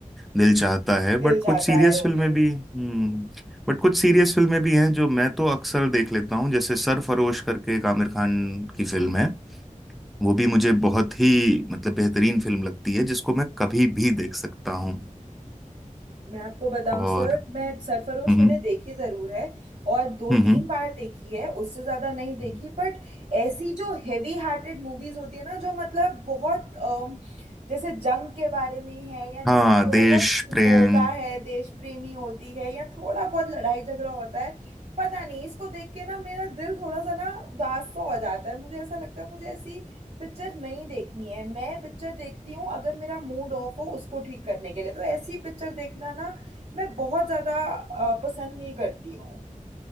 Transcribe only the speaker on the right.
दिल
जाता
है हो
गई
मैं आपको बताऊं
सर मैं सरफरोश
मैंने देखी जरूर है और दो
तीन बार देखी है उससे ज्यादा नहीं देखी
बट ऐसी जो हेवी हार्टेड मूवीज होती है ना जो मतलब बहुत अम, जैसे जंग के बारे में है या जिसमें
थोड़ा
बहुत
होता है देश प्रेमी होती है या थोड़ा बहुत लड़ाई झगड़ा होता है पता नहीं इसको देख के ना मेरा दिल थोड़ा सा ना उदास सा हो जाता है मुझे ऐसा लगता है मुझे ऐसी पिक्चर नहीं देखनी है मैं पिक्चर देखती हूँ अगर मेरा मूड ऑफ हो उसको ठीक करने के लिए तो ऐसी पिक्चर देखना ना मैं बहुत ज्यादा अ, पसंद नहीं करती हूँ